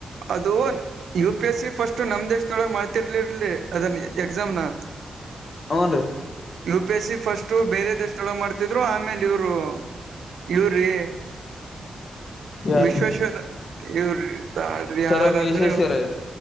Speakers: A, on the right; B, on the left.
A: ಅದು U P S C first ನಮ್ ದೇಶದೊಳಗೆ ಮಾಡ್ತಿರ್ಲಿರ್ಲಿ ಅದನ್ ಎಕ್ಸಾಮ್ ನ.
B: ಹೂಂ ರಿ.
A: U P S C first ಬೇರೆ ದೇಶದೊಳಗೆ ಮಾಡ್ತಿದ್ರು ಆಮೇಲೆ ಇವ್ರು. ಇವ್ರಿ
B: ಯಾರ್ರೀ
A: ವಿಶ್ವೇಶ್ವರ ಇವ್ರಿ. ತಾಳಿ
B: ಸರ್
A: ಯಾರಂದ್ರೆ.
B: ಎಂ ವಿಶ್ವೇಶ್ವರಯ್ಯ